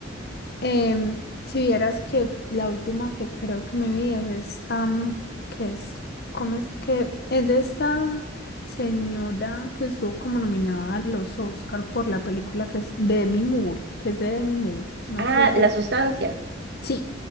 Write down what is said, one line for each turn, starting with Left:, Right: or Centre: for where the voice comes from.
Left: Em, si vieras que la última que creo que me vi es esta, mm, que es, ¿cómo es que? Es de esta mm, señora que estuvo como nominada a los Oscar por la película que es de Demi Moore, que es de Demi Moore. No
Right: Ah,
Left: sé si...
Right: La Sustancia.
Left: Sí,